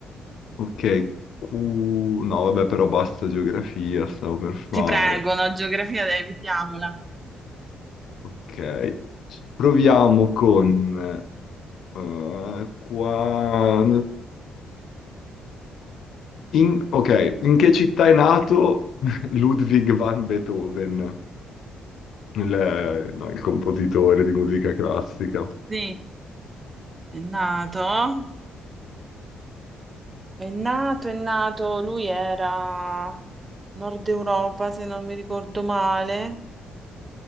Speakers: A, on the left; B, on the right.
A: Ok, Q- no, vabbè, però basta geografia, stavo per fare.
B: Ti prego, no, geografia, evitiamola.
A: Ok, proviamo con... eh, qua... In- ok, in che città è nato <laughs> Ludwig van Beethoven, il, no, il compositore di musica classica?
B: Sì, è nato. È nato, è nato, lui era Nord Europa, se non mi ricordo male.